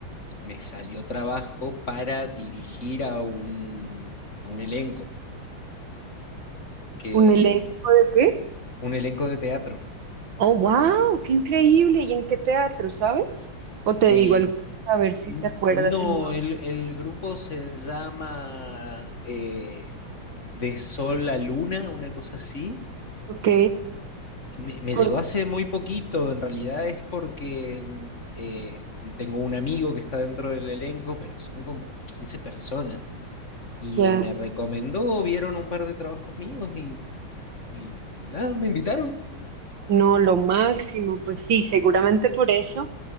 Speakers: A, on the left; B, on the right.
A: mm, me salió trabajo para dirigir a un, a un elenco. que
B: ¿Un elenco de qué?
A: un elenco de teatro.
B: Oh, wow, qué increíble. ¿Y en qué teatro, sabes? O te
A: Eh,
B: digo algo, a ver si
A: n-
B: te acuerdas
A: no,
B: el nombre.
A: el, el grupo se llama eh, De Sol a Luna, una cosa así.
B: Ok,
A: Me, me
B: por,
A: llegó hace muy poquito, en realidad es porque mm, eh, tengo un amigo que está dentro del elenco, pero son como 15 personas. Y
B: ya,
A: me recomendó, vieron un par de trabajos míos y, y nada, me invitaron.
B: no, lo máximo, pues sí, seguramente por eso.